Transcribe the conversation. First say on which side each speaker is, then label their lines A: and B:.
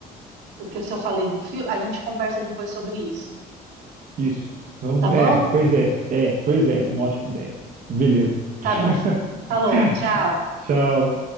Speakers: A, on the right; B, on the right.
A: porque se eu falei do filme, a gente conversa depois sobre isso.
B: Isso. Vamos,
A: Tá bom?
B: é, pois é, é, pois é, uma ótima ideia. Beleza. <laughs>
A: Tá bom. Falou. Tchau.
B: Tchau.